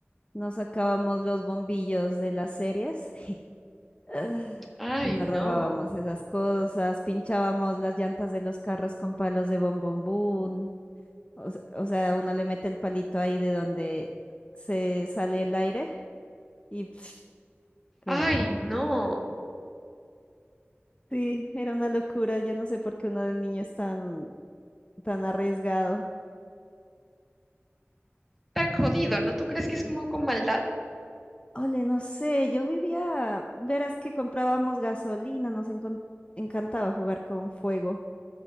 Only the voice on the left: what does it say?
nos sacábamos los bombillos de las series <laughs> ah,
y nos
robábamos esas cosas. Pinchábamos las llantas de los carros con palos de bombombún. O, se- o sea, uno le mete el palito ahí de donde se sale el aire y <tsk> quedaban.
Sí, era una locura. Yo no sé por qué uno de niño es tan, tan arriesgado.
Mm,
Ole, no sé, yo vivía, verás que comprábamos gasolina, nos encon- encantaba jugar con fuego.